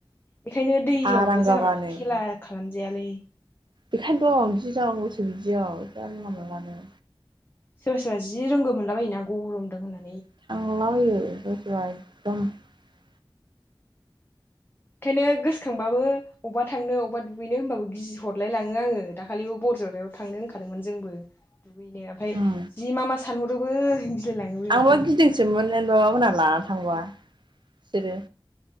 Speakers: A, on the left; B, on the right.
A: बेखायनो दैयावबो
B: हारांगागानो
A: जानला मानला खेला खालामजायालै।
B: बेखायनोथ'
A: दुगैलाबायनाय
B: गिनांगौसो बिदियाव जानला
A: गरमबाबो
B: मेनलानो।
A: सोरबा सोरबा जि रोंगौ मोनला बायोना गरमदों होनना।
B: <unintelligible>
A: ओंखायनो गोसोखांबाबो अब्बा थांनो अब्बा दुगैनो होनबाबो गिहरलाय लाङो आङो दाखालिबो ब <unintelligible> थांनो ओंखारादोंमोन जोंबो दुगैनो ओमफ्राय
B: उम
A: जि मा मा सानहरोबो गिलायलाङोबो
B: आंबा
A: ओमफ्राय
B: गिदिंसोमोन <unintelligible> लाना थांबा बिसोरो।